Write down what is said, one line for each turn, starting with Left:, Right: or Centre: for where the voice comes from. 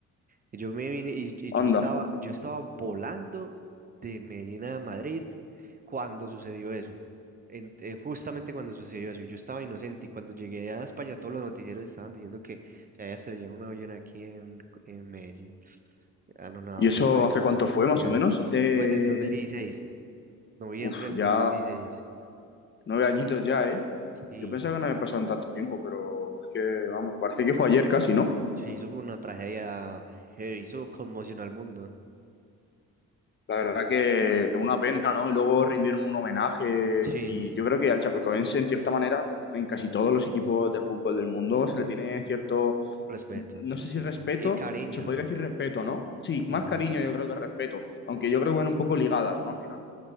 Right: Y yo me vine y, y yo
Left: Anda.
Right: estaba, yo estaba volando de Medellín a Madrid cuando sucedió eso. En- eh, justamente cuando sucedió eso, y yo estaba inocente y cuando llegué a España todos los noticieros estaban diciendo que se había estrellado un avión aquí en, en Medellín. Ah, no, no,
Left: ¿Y eso
Right: eso fue,
Left: hace cuánto
Right: eso fue
Left: fue,
Right: un mundial.
Left: más o menos? Hace...
Right: Eso fue en el dos mil dieciséis noviembre
Left: Uf,
Right: del 2016.
Left: ya... Nueve añitos ya, ¿eh?
Right: Sí,
Left: Yo pensaba que no había
Right: sí,
Left: pasado en tanto tiempo, pero es que, vamos, parece que fue ayer casi, ¿no?
Right: Sí, eso fue una tragedia heavy, eso conmocionó al mundo.
Left: La verdad que una pena, ¿no? Y luego rendir un homenaje.
Right: Sí,
Left: Y
Right: sí,
Left: yo creo que al chapecoense, en cierta manera, en casi todos los equipos de fútbol del mundo se le tiene cierto,
Right: respeto,
Left: no
Right: sí,
Left: sé
Right: sí.
Left: si respeto,
Right: Y cariño,
Left: se podría decir respeto, ¿no? Sí, más
Right: Ajá.
Left: cariño yo creo que respeto, aunque yo creo que van un poco ligadas, ¿no? Al final.